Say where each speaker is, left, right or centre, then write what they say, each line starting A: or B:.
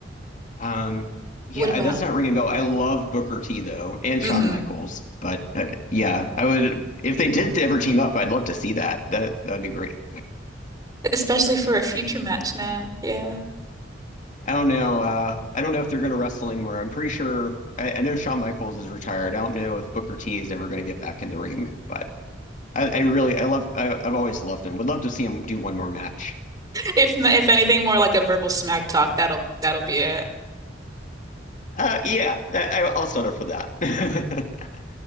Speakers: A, on the left; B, on the right.
A: Um, yeah,
B: What about?
A: that's not ringing a bell. I love Booker T though, and
B: hmm
A: Shawn Michaels. But uh, yeah, I would if they did ever team up, I'd love to see that. That that'd be great.
B: Especially for a future match now. Yeah. <laughs>
A: I don't know. Uh, I don't know if they're going to wrestle anywhere. I'm pretty sure. I, I know Shawn Michaels is retired. I don't know if Booker T is ever going to get back in the ring. But I, I really, I love. I, I've always loved him. Would love to see him do one more match.
B: If n- if anything more like a verbal smack talk, that'll that'll be it.
A: Uh, yeah, that, I- I'll settle for that. <laughs>